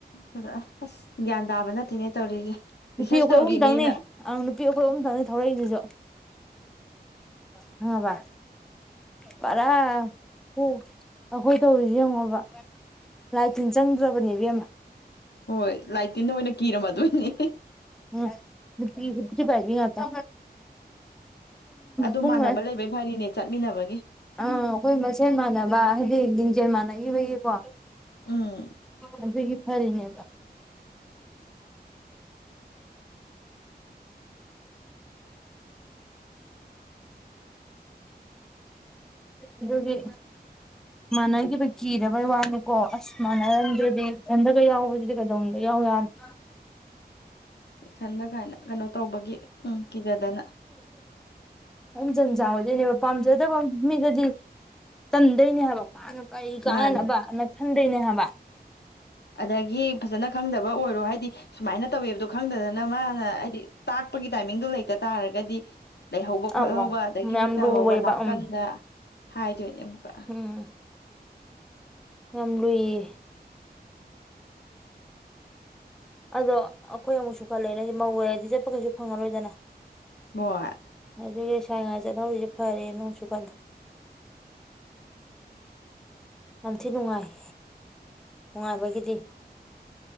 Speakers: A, on the left (about 80°); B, in the centre.
A: ꯑꯗꯨꯗ ꯑꯁ ꯒ꯭ꯌꯥꯟ ꯇꯥꯕ ꯅꯠꯇꯦꯅꯦ ꯇꯧꯔꯤꯁꯦ
B: ꯅꯨꯄꯤ
A: ꯔꯤꯁꯔꯁ
B: ꯑꯩꯈꯣꯏ
A: ꯇꯧꯔꯤꯅꯦꯅ
B: ꯑꯍꯨꯝꯇꯪꯅꯦ ꯑꯪ ꯅꯨꯄꯤ ꯑꯩꯈꯣꯏ ꯑꯍꯨꯝꯇꯪꯅꯦ ꯊꯧꯔꯛꯏꯗꯨꯁꯣ ꯈꯪꯉꯕ ꯄꯔꯥ ꯑꯣ ꯑꯩꯈꯣꯏ ꯇꯧꯔꯤꯁꯦ ꯌꯦꯡꯉꯣꯕ ꯂꯥꯏ ꯇꯤꯟ ꯆꯪꯗ꯭ꯔꯕꯅꯦ ꯏꯕꯦꯝꯃ
A: ꯍꯣꯏ ꯂꯥꯏꯇꯤꯟꯅ ꯑꯣꯏꯅ ꯀꯤꯔꯝꯃꯗꯣꯏꯅꯦ
B: ꯎꯝ ꯅꯨꯄꯤ ꯒꯨꯟ ꯊꯨꯒꯥꯏꯕꯤ ꯉꯥꯛꯇ
A: ꯑꯗꯨ
B: ꯄꯨꯡ
A: ꯃꯥꯟꯅꯕ
B: ꯄ ꯑꯥ
A: ꯂꯩꯕꯩ ꯐꯔꯤꯅꯦ ꯆꯠꯃꯤꯟꯅꯕꯒꯤ
B: ꯑꯩꯈꯣꯏ ꯃꯁꯦꯟ ꯃꯥꯟꯅꯕ ꯍꯥꯏꯗꯤ ꯂꯤꯡꯖꯦꯜꯃꯥꯟꯅꯈꯤꯕꯒꯤꯀꯣ
A: ꯎꯝ
B: ꯑꯗꯨꯒꯤ ꯐꯔꯤꯅꯦꯕ ꯑꯗꯨꯒꯤ ꯃꯥꯟꯅꯈꯤꯕ ꯀꯤꯗꯕꯩ ꯋꯥꯅꯤꯀꯣ ꯑꯁ ꯃꯥꯟꯅꯔꯝꯗ꯭ꯔꯗꯤ ꯏꯊꯟꯗꯒ ꯌꯥꯎꯕꯗꯨꯗꯤ ꯀꯩꯗꯧꯅꯨꯡꯗ ꯌꯥꯎ ꯌꯥꯔꯣꯏ
A: ꯏꯊꯟꯗ ꯀꯥꯏꯅ ꯀꯩꯅꯣ ꯇꯧꯕꯒꯤ ꯎꯝ ꯀꯤꯖꯗꯅ
B: ꯍꯝꯖꯟꯖꯥꯟ ꯑꯣꯏꯗꯣꯏꯅꯦꯕ ꯄꯥꯝꯖꯗꯕ ꯃꯤꯗꯗꯤ ꯇꯟꯗꯣꯏꯅꯦ ꯍꯥꯏꯕ ꯀꯔꯤ ꯀꯥꯟꯅꯅꯕ
A: ꯃꯥꯅꯤ
B: ꯍꯥꯏꯅ ꯈꯟꯗꯣꯏꯅꯦꯕ
A: ꯑꯗꯒꯤ ꯐꯖꯅ ꯈꯪꯗꯕ ꯑꯣꯏꯔꯣ ꯍꯥꯏꯗꯤ ꯁꯨꯃꯥꯏꯅ ꯇꯧꯋꯦꯕꯗꯣ ꯈꯪꯗꯗꯅ ꯃꯥꯅ ꯍꯥꯏꯗꯤ ꯇꯥꯛꯄꯒꯤ ꯇꯥꯏꯃꯤꯡ ꯑꯗꯨ ꯂꯩꯇ ꯇꯥꯔꯒꯗꯤ ꯂꯩꯍꯧꯕ ꯈꯣꯠꯍꯧꯕ
B: ꯑꯃꯨꯛ
A: ꯑꯗꯒꯤ
B: ꯌꯥꯝ
A: ꯆꯤꯠꯊꯍꯧꯕ
B: ꯂꯨꯋꯦꯕ
A: ꯅꯥꯀꯟꯗ
B: ꯎꯝ
A: ꯍꯥꯏꯗꯣꯏꯅꯦ ꯑꯃꯨꯛꯀ
B: ꯎꯝ ꯌꯥꯝ ꯂꯨ ꯌꯦ ꯑꯗꯣ ꯑꯩꯈꯣꯏ ꯑꯃꯨꯛꯁꯨ ꯈꯜꯂꯦ ꯑꯗꯩꯗꯤ ꯃꯧ ꯑꯣꯏꯔꯗꯤ ꯆꯠꯄ ꯀꯩꯁꯨ ꯐꯪꯉꯔꯣꯏꯗꯅ
A: ꯍꯣꯏ
B: ꯑꯗꯨꯒꯤ ꯂꯩꯁꯥꯔꯤꯉꯩ ꯆꯠꯍꯧꯔꯤꯁꯦ ꯐꯔꯦꯅ ꯑꯃꯨꯛꯁꯨ ꯈꯜꯂꯦ ꯌꯥꯝ ꯊꯤ ꯅꯨꯡꯉꯥꯏ ꯅꯨꯡꯉꯥꯏꯕꯒꯤꯗꯤ